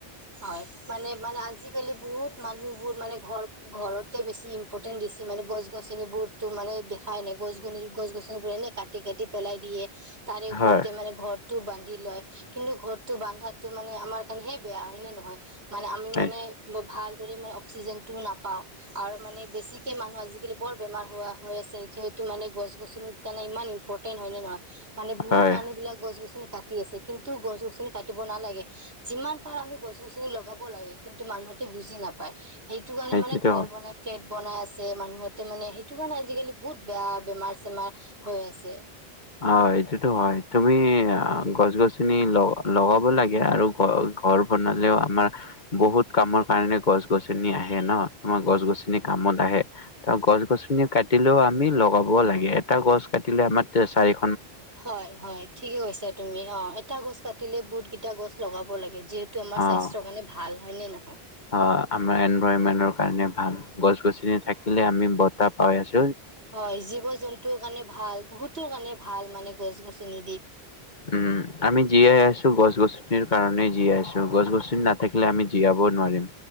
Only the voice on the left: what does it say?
হয়
হয়
হয়
সেইটোতো
হয়
অ এইটোতো হয় তুমি গছ গছনি লগাব লাগে আৰু ঘ ঘৰ বনালেও আমাৰ বহুত কামৰ কাৰণে গছ গছনি আহে ন। তোমাৰ গছ গছনি কামত আহে। ত গছ গছনি কাটিলেও আমি লগাব লাগে এটা গছ কাটিলে আমাৰ- তে চাৰিশ
অ',
অ আমাৰ এনভাৰনমেন্টৰ কাৰণে ভাল। গছ গছনি থাকিলে আমি বতাহ পাই আছো।
উম আমি জীয়াই আছো গছ গছনিৰ কাৰণে জীয়াই আছো গছ গছনি নাথাকিলে আমি জীয়াবও নোৱাৰিম।